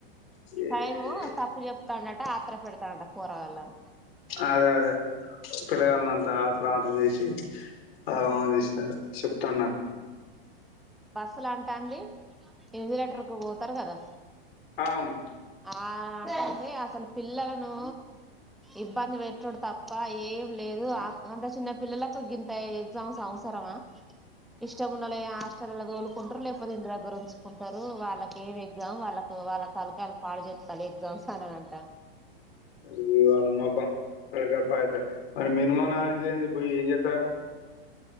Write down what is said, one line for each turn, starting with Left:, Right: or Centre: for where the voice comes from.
Left: ఏ-
Centre: టైము తప్పు చెప్తాండట ఆత్ర పెడతండా పొరగాళ్లను
Left: అదే అదే పిలగాళ్ళను అంత ఆత్రం ఆత్రంచేసి ఆగమాగం చేసిండట చెప్తండు నాకు
Centre: అసలాంటంది ఇన్విజ్ లెటర్ కు పోతారు కదా
Left: ఆ అవును
Centre: ఆమే అంటది అసలు పిల్లలను ఇబ్బంది పెట్టుడు తప్ప ఏం లేదు అంత చిన్న పిల్లలకు గింత ఎగ్జామ్స్ అవసర తారవా ఇష్టం ఉన్నోలాయే హాస్టలల్ల తోలుకుంటారు లేకపోతే ఇంటి దగ్గర ఉంచుకుంటారు వాళ్ళకి ఏం ఎగ్జామ్ వాళ్ళకు వాళ్ళ తలకాయలు పాడు చెత్తలు ఎగ్జామ్స్ అని అంట
Left: ఇది వాళ మొఖం ఫ్రెషప్ అయితే మరి మినిమన్ నాలేజ్ లేంది పోయి ఏం చెతారట